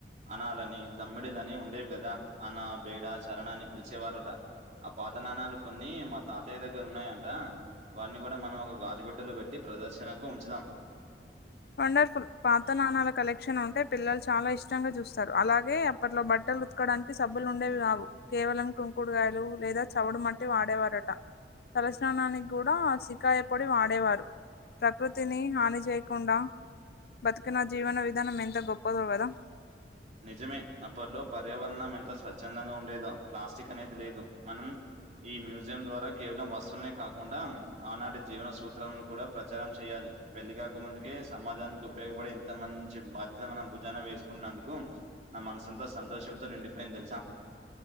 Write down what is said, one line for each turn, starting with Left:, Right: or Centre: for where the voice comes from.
Right: అనాలని దమ్మిడిలని ఉండేవి గదా అన బేడ చరణ అని పిలిచేవారట ఆ పాత నాణాలు కొన్ని మా తాతయ్య దగ్గర ఉన్నాయంట వారిని కూడా మనం ఒక గాజుబెట్టలో పెట్టి ప్రదర్శనకు ఉంచుదాం
Left: వండర్ఫుల్ పాత నాణాల కలెక్షన్ ఉంటే పిల్లలు చాలా ఇష్టంగా చూస్తారు అలాగే అప్పట్లో బట్ బట్టలు ఉత్కడానికి సబ్బులు ఉండేవి కావు కేవలం కుంకుడుగాయలు లేదా చవుడు మట్టి వాడేవారట తలస్నానానికి కూడా సికాయపొడి వాడేవారు ప్రకృతిని హాని చే కుండా బతికిన జీవన విధానం ఎంత గొప్పదో గదా
Right: నిజమే అప్పట్లో పర్యావరణం ఎంత స్వచ్ఛందంగా ఉండేదో ప్లాస్టిక్ అనేది లేదు మనం ఈ మ్యూజియం ద్వారా కేవలం వస్తులనే కాకు ండా ఆనాటి జీవన సూత్రాలను కూడా ప్రచారం చేయాలి పెళ్లి కాక ముందుకే సమాజానికి ఉపయోగప ఇంత మంచి మధ మన భుజాన వేసుకుంటున్నందుకు నా మనసంతా సంతోషంతో నిండిపోయింది తెలుసా